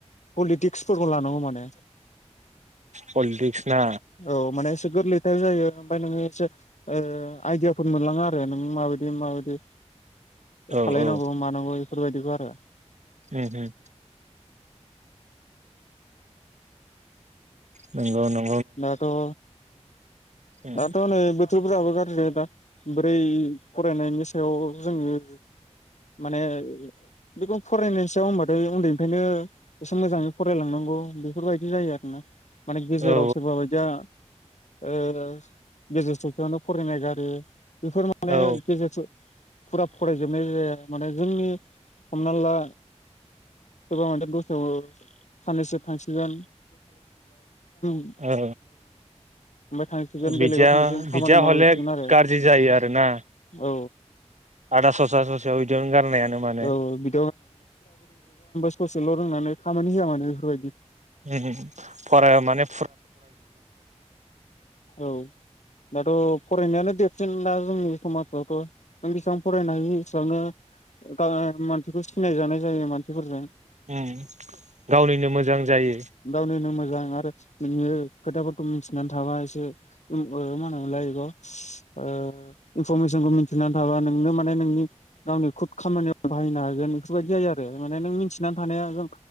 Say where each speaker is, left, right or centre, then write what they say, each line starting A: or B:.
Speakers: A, on the left (about 80°); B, on the right (about 80°).
A: पलिटि फोरखौ लानांगौ माने।
B: पलिटिक्स ना
A: औ माने एसे गोरलैथाय जायो ओमफ्राय नोङो ओ आइदियाफोर मोनलाङो आरो नों माबायदि माबायदि
B: औ
A: खालायनांगौ
B: औ
A: मानांगौ बेफोरबायदिखौ आरो
B: उम उम नोंगौ नों
A: दाथ' औ
B: औ
A: दाथ' नै बोथोरफोराबो दा बोरै फरायनायनि सायाव जोङो माने बेखौ फरायनायनि सायाव होनबाथाय उन्दैनिफ्रायनो मोजाङै फरायलांनांगौ बेफोरबायदि जायो आरो ना माने गेजेराव
B: औ
A: सोरबा बायदिया ओ गेजेर ससेयावनो फरायनाय गारो बेफोर माने
B: ओ
A: गेजेर फुरा फरायजोबनाय जाया माने जोंनि हमना ला गोबां आनो दस्रा <inaudible> <unintelligible>
B: औ
A: थांसिगोन
B: बिदिया
A: बेलेगाव थांसिगोन खामानि
B: बिदिया
A: मावहैसिगोन
B: हले
A: आरो
B: गाज्रि जायो आरोना
A: औ
B: आदा ससा ससेयाव बिदियावनो गारनायानो मान
A: औ बि ससेल' रोंनानै खामानि होआ मानो बेफोरबायदि
B: उमहो फराय माने
A: औ दाथ' फरायनायानो देरसिन दा जोंनि समाजावथ' नों बेसेबां बेसेबां फरायनाय गा मानसिखौ सिनाय जानाय जायो मानसिफोरजों
B: उम गावनिनो मोजां जायो।
A: गावनिनो मोजां नोङो खोथाफोरखौ मिथिनानै थाबाय जे ओ मा होनोमोनलाय बेखौ ओ इनफरमेशनखौ मिथिना थाबा नोंनो माने नोंनि गावनि खुथ खामानिआव बाहायनो हागोन बेफोरबायदि जायो आरो माने नों मिथ थिनानै थानाया जों